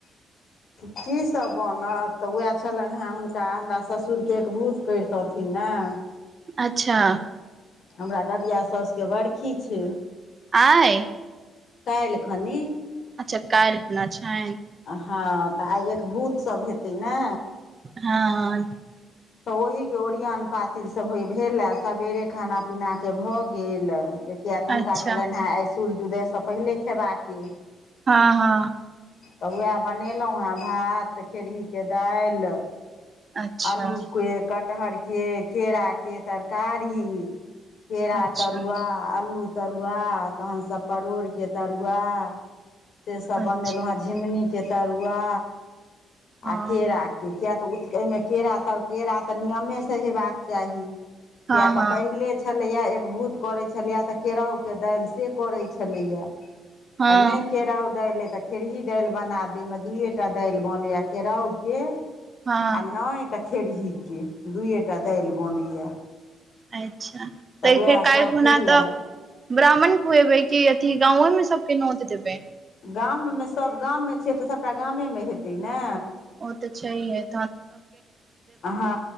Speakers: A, on the left (about 65°); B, on the right (about 35°).
A: की सब बनत तऽ वएह छलैन हैं हुनका हमरा ससुर के एकभूत करितथिन न <inaudible>
B: अच्छा
A: हमरा ददिया साउस के बरखी छै
B: आइ
A: कैलखनी
B: अच्छा कैलखुना छनि
A: हँ तऽ आइ एकभूत सभ हेतै ने
B: हाँ-हँ
A: तऽ ओहिके ओरियन पातिल सभ हो भेलए सबेरे खाना पीना के भऽ गेल जे किया तऽ हुनका
B: अच्छा
A: छलैन हैं आइ सूर्ज उदय स पहिले खेबाके
B: हाँ-हँ
A: तऽ उएह बनेलहुँ हैं, भात खेरही के दाइल
B: अच्छा
A: अल्लू के, कटहर के, केरा के तरकारी। केरा
B: अच्छा
A: तरुआ अल्लू तरुआ, तहन सऽ परोड़ के तरुआ, से सब बनेलौ
B: अच्छा
A: हैं। झिमनी के तरुआ, आ
B: हँ
A: केरा कि किया तऽ उत एहिमें केरा त केरा तऽ नियमे सँ हेबाक चाही। किया
B: हँ
A: तऽ
B: हँ
A: पहिले छै छलैया एकभूत करै छलैया, तऽ केराउके दाइल से करै छलैया।
B: हँ
A: नै केराउ दाइल तऽ खेरही दाइल बना दी, एयमें दुइएटा दाइल बनैया केराउके,
B: हँ
A: आ नै तऽ खेरही के, दुइयएटा दाइल बनैया।
B: अच्छा! तऽ
A: उएहसभ
B: फेर कैल खुना
A: भेलए
B: तऽ ब्राह्मण खुएबै की, अथि गांवे में सबके नोत देबै?
A: गाम में सभ गाम में छियै, तऽ सबटा गामे में हेतै ने।
B: ओ तऽ छहियै।
A: हँ